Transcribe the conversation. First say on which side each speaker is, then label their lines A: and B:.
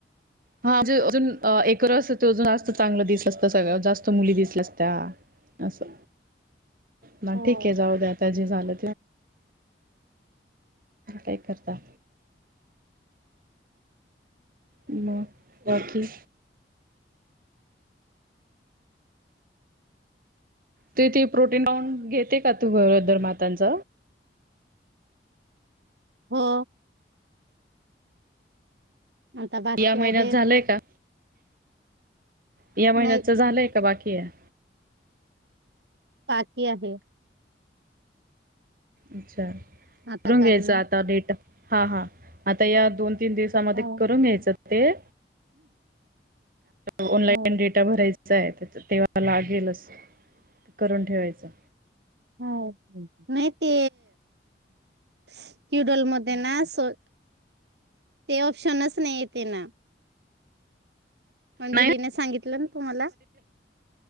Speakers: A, on the right; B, on the right.
A: हा म्हणजे अजून एकत्र असत तर अजून जास्त चांगलं दिसलं असत सगळ्या जास्त मुली दिसल्या असत्या. असो. ना
B: हो
A: ठीक आहे जाऊ द्या आता जे झालं. काय करता? मग बाकी? ते तू प्रोटीन पाऊंड घेते का तू गरोदर मातांच?
B: हो. आता बाकी
A: या महिन्यात
B: आहे
A: झालंय का? या महिन्याच
B: नाही
A: झालंय का बाकी की हाये?
B: बाकी आहे.
A: अच्छा
B: आता
A: करून
B: करणार
A: घ्यायच आता डेट. हा हा आता या दोन तीन दिवसामध्ये
B: हो
A: करून घ्यायच ते, ऑनलाईन
B: हो
A: डेटा भरायचा त्या तेव्हा लागेलच करून ठेवायचं.
B: हो. नाही ते क्युडल मध्ये ना असो ते ऑप्शनच नाही येते ना. अंजलीने
A: नाही
B: सांगितलं ना तुम्हाला?